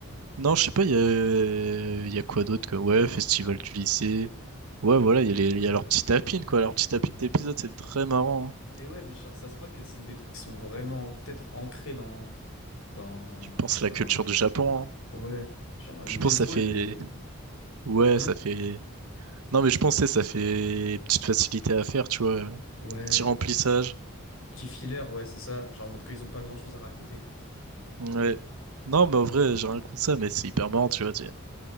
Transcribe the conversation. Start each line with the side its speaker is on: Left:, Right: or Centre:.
Right: Non, je sais pas, il y a, il y a quoi d'autre que... Ouais, festival du lycée. Ouais, voilà, il y a les, il y a leur petit tapine, quoi. Leur petit tapine d'épisode, c'est très marrant. hein.
Left: Mais ouais, mais genre, ça se voit que c'est des trucs qui sont vraiment peut-être ancrés dans, dans,
Right: Je pense
Left: je sais
Right: la
Left: pas,
Right: culture
Left: dans la culture
Right: du Japon.
Left: du.
Right: hein.
Left: Ouais, genre le
Right: Je
Left: baseball,
Right: pense que ça fait...
Left: euh,
Right: Ouais,
Left: hein?
Right: ça fait... Non, mais je pensais, ça fait petite facilité à faire, tu vois.
Left: Ouais,
Right: Petit remplissage.
Left: petit filler, ouais, c'est ça. Genre en mode quand ils ont pas grand-chose à raconter.
Right: Ouais. Non, mais en vrai, j'ai rien contre ça, mais c'est hyper marrant, tu vois. Tu,